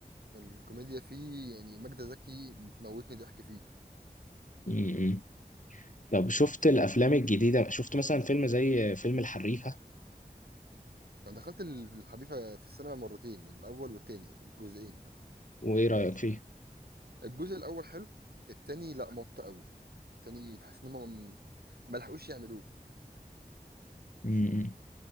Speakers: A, on the right (about 80°); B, on the left (about 55°).
A: الكوميديا فيه يعني ماجدة زكي بتموتني ضحك فيه
B: امم طب شفت الافلام الجديده شفت مثلا فيلم زي فيلم الحريفه
A: انا دخلت ال- الحريفه في السينما مرتين الاول والتاني الجزئين
B: وايه رايك فيه
A: الجزء الاول حلو التاني لا مط قوي التاني بحس ان هم ما لحقوش يعملوه
B: امم